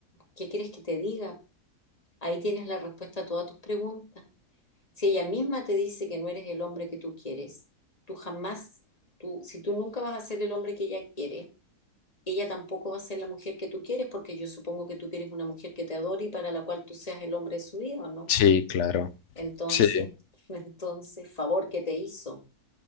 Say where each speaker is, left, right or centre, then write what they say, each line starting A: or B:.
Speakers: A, on the left (about 25°); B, on the left (about 55°).
A: ¿qué quieres que te diga? Ahí tienes la respuesta a todas tus preguntas. Si ella misma te dice que no eres el hombre que tú quieres, tú jamás, tú, si tú nunca vas a ser el hombre que ella quiere, ella tampoco va a ser la mujer que tú quieres, porque yo supongo que tú quieres una mujer que te adore y para la cual tú seas el hombre de su vida, ¿o no?
B: Sí, claro.
A: Entonces,
B: Sí.
A: <laughs> entonces, favor que te hizo.